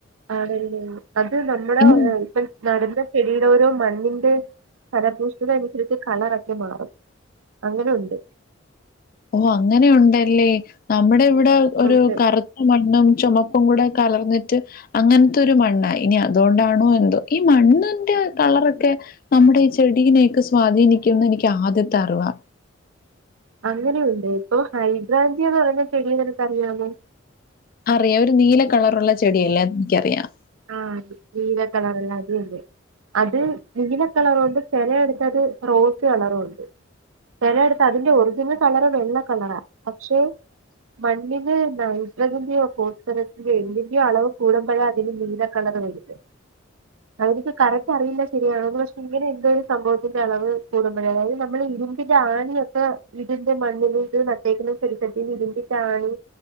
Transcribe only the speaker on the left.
ഇനി
ഓ അങ്ങനെയുണ്ടല്ലേ നമ്മുടെ ഇവിടെ ഒരു
കറുത്ത മണ്ണും ചുമ പ്പുംകൂടെ കലർന്നിട്ട് അങ്ങനത്തെ ഒരു മണ്ണാഇനി അതുകൊണ്ടാണോ എന്തോ ഈ മണ്ണന്റെ വളൊക്കെ നമ്മുടെ ഈ ചെടിനേക്കെ സ്വാധീനിക്കുംന്നെനിക്കാദ്യത്ത അറിവാ.
അറിയാം ഒരു നീല കളറുള്ള ചെടിയല്ലേ അത് നിക്കറിയാം.